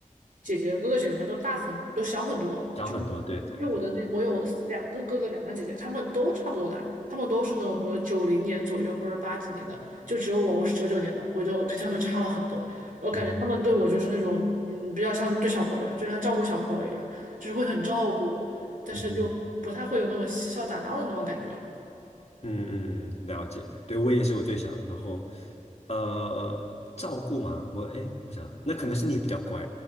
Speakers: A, on the right; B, on the left.
A: 姐姐哥哥姐姐们都大很都小很多，
B: 小很多，
A: 就是
B: 对对对，
A: 因为我的那我有两个哥哥两个姐姐，他们都差不多大，他们都是那种什么九零年左右或者八几年的，就只有我我是九九年的，我就跟他们差了很多。我感觉他们对我就是那种，
B: 嗯哼，
A: 嗯，比较像对小朋友，就像照顾小朋友一样，就是会很照顾我，但是就不太会有那种嬉笑打闹的那种感觉。
B: 嗯哼。嗯嗯，嗯了解。对，我也是我最小的，然后呃，照顾嘛，我哎，我想那可能是你比较乖，